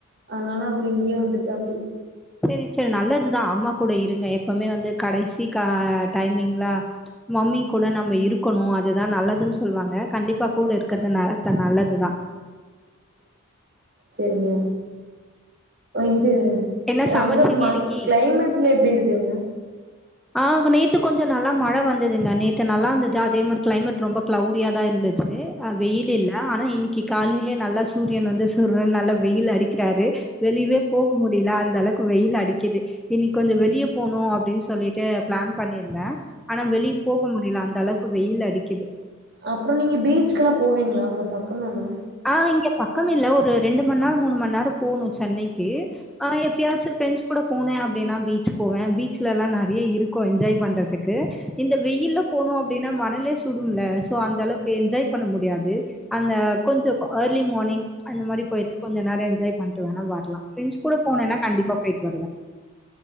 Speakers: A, on the right (about 50°); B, in the centre.
A: அதனால அவரு இங்கேயே வந்துட்டாப்டி
B: செரி செரி நல்லதுதா அம்மா கூட இருங்க எப்போமே வந்து கடைசி க டைமிங்ல மம்மி கூட நம்ம இருக்கணும் அதுதா நல்லதுன் சொல்வாங்க கண்டிப்பா
A: ம்
B: கூடருக்கது நா நல்லதுதா
A: சரிங்க இது
B: என்ன சமைச்சீங்க
A: அங்க ம
B: இன்னைக்கி
A: கிளைமேட்லா எப்டிருக்குங்க
B: ஆ நேத்து கொஞ்ச நல்லா மழ வந்ததுங்க நேத்து நல்லாருந்தது அதே மாரி கிளைமேட் ரொம்ப கிளௌவ்டியாதா இருந்தது அ வெயிலுல்ல ஆனா இனி க்கி காலையிலே நல்லா சூரியன் வந்து சுருன் நல்ல வெயில் அடிக்கிறாரு வெளியவே போக முடியல அந்த அளவு க்கு வெயில் அடிக்குது இனி கொஞ்சோ வெளிய போனும் அப்டின்னு சொல்லி ட்டு ப்ளான் பண்ணிருந்தே ஆனா வெளிய போக முடியல அந்த அளவுக்கு வெயில் அடிக்குது
A: அப்புறோ நீங்க பீச்கெல்லா போவீங்களா அங்க பக்கந்தானா
B: ஆ இங்க‌ ப பக்கமில்ல ஒரு ரெண்டு மண் நேரோ மூணு மண் நேரோ போணு சென்னைக்கு ஆ எப்பயாச்சும் ஃப்ரெண்ட்ஸ் கூட போனே னா பீச் போவே பீச்ல எல்லா நறைய இருக்கும் என்ஜாய் பண்றதுக்கு இந்த வெயில்ல போனோ அப்டின்னா மணலே சுடும்ல சோ அந்த அளவுக்கு என்ஜாய் பண்ண முடியாது அந்த கொஞ்சோ ஏர்லி மார்னிங அந்த மாரி போயிட்டு கொஞ்ச நேரோ என்ஜாய் பண்டு வேணா வரலா ஃப்ரெண்ஸ் கூட போனா கண்டி ப்பா போயிட்டு வருவேன்